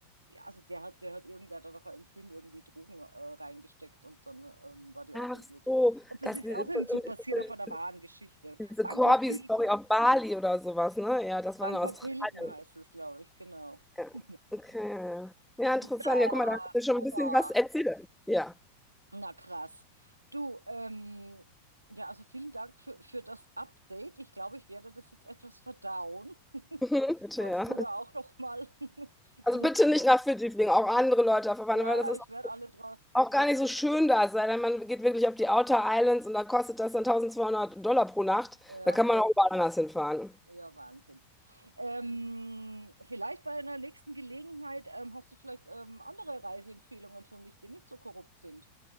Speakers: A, on the right; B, in the centre.
A: ja, also der hat, der hat irgendwer da noch im Film irgendwie Drogen äh, reingesteckt und dann ähm, war die
B: Ach
A: auch irgendwie.
B: so,
A: Und das
B: das
A: ist
B: ist
A: auch irgend so passiert
B: diese
A: auf einer wahren Geschichte.
B: diese
A: Bangkok
B: Corby-Story
A: Hilton.
B: auf Bali oder sowas, ne? Ja, das
A: Bangkok
B: war in Australien.
A: Hilton heißt es, glaube ich, genau.
B: Ja.
A: <laughs>
B: Okay. Ja, ja. Ja, interessant.
A: Ja,
B: Ja, guck mal, da hast du schon
A: boah.
B: ein bisschen was erzählt. Ja.
A: Na krass. Du, ähm, ja, also vielen Dank für, für das Update. Ich glaube, ich werde das jetzt etwas verdauen, <laughs>
B: <laughs> Bitte,
A: falls
B: ja.
A: du da auch noch mal <laughs>
B: Also
A: drüber
B: bitte
A: schla.
B: nicht nach Fidschi fliegen, auch andere Leute verwandeln,
A: Ja,
B: weil das
A: ja,
B: ist
A: ich werde alle drauf.
B: auch gar nicht so schön da, es sei denn, man geht wirklich auf die Outer Islands und da kostet das dann 1200 Dollar pro Nacht.
A: Ja,
B: Da kann man auch überall anders hinfahren.
A: ja, Wahnsinn. Ähm, vielleicht bei einer nächsten Gelegenheit ähm, hast du vielleicht ähm, andere Reiseempfehlungen für mich, die nicht so korrupt sind.